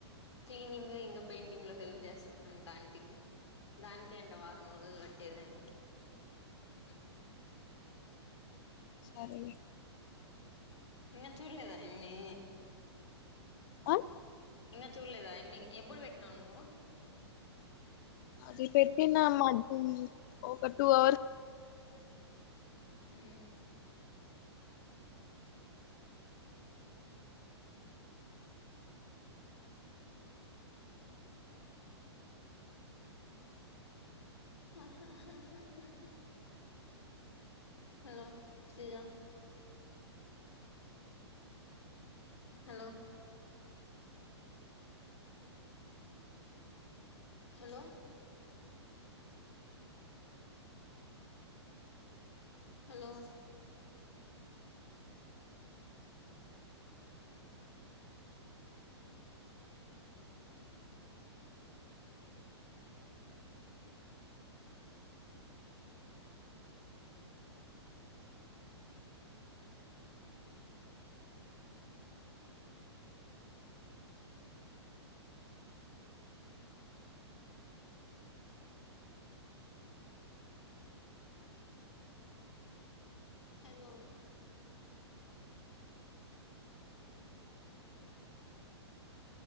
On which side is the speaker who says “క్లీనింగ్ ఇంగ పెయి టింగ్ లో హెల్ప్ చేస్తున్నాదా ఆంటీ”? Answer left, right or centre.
Left